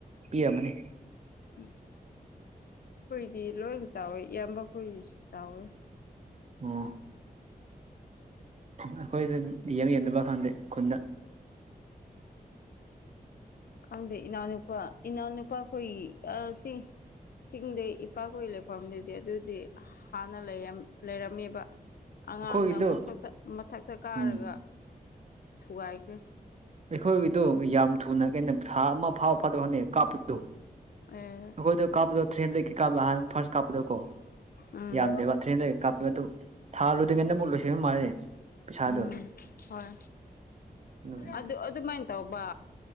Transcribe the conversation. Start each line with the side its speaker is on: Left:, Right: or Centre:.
Right: ꯄꯤꯑꯝꯃꯅꯤ
Left: ꯎꯝ ꯈꯣꯏꯗꯤ ꯂꯣꯏꯅ ꯆꯥꯎꯋꯦ ꯏꯌꯥꯝꯕ ꯈꯣꯏꯒꯤꯁꯨ ꯆꯥꯎꯋꯦ
Right: ꯑꯣ ꯑꯩꯈꯣꯏꯗ ꯌꯥꯝ ꯌꯦꯟꯗꯕ ꯈꯪꯗꯦ ꯈꯨꯟꯗ
Left: ꯈꯪꯗꯦ ꯏꯅꯥꯎꯅꯨꯄꯥ ꯏꯅꯥꯎꯅꯨꯄꯥꯈꯣꯏ ꯑ ꯆꯤꯡ ꯆꯤꯡꯗꯩ ꯏꯄꯥꯈꯣꯏ ꯂꯩꯐꯝꯗꯨꯗꯤ ꯑꯗꯨꯗꯤ ꯍꯥꯟꯅ ꯂꯩꯔꯝ ꯂꯩꯔꯝꯃꯦꯕ ꯑꯉꯥꯡꯅ
Right: ꯑꯩꯈꯣꯏꯒꯤꯗꯨ
Left: ꯃꯊꯛꯇ ꯃꯊꯛꯇ ꯀꯥꯔꯒ
Right: ꯎꯝ
Left: ꯊꯨꯒꯥꯏꯈ꯭ꯔꯦ
Right: ꯑꯩꯈꯣꯏꯒꯤꯗꯨ ꯌꯥꯝ ꯊꯨꯅ ꯀꯩꯅꯣ ꯊꯥ ꯑꯃ ꯐꯥꯕ ꯐꯥꯗꯕ ꯈꯪꯗꯦ ꯀꯥꯞꯄ ꯗꯨ
Left: ꯑꯦ
Right: ꯑꯈꯣꯏꯗꯣ ꯀꯥꯞꯄꯗꯣ ꯊ꯭ꯔꯤꯍꯟꯗ꯭ꯔꯦꯠꯀꯤ ꯀꯥꯞꯄ ꯍꯥꯟꯅ ꯐꯥꯔꯁ ꯀꯥꯞꯄꯗꯣꯀꯣ
Left: ꯎꯝ
Right: ꯌꯥꯝꯗꯦꯕ ꯊ꯭ꯔꯤ ꯍꯟꯗ꯭ꯔꯦꯠꯒ ꯀꯥꯞꯄꯗꯨ ꯊꯥ ꯂꯣꯏꯗ‍꯭ꯔꯤꯉꯩꯗꯃꯨꯛ ꯂꯣꯏꯁꯤꯟꯕ ꯃꯥꯜꯂꯦ ꯄꯩꯁꯥꯗꯣ
Left: ꯎꯝ ꯍꯣꯏ
Right: ꯑꯗꯨꯒꯤꯅꯤ
Left: ꯑꯗꯨ ꯑꯗꯨꯃꯥꯏꯅ ꯇꯧꯕ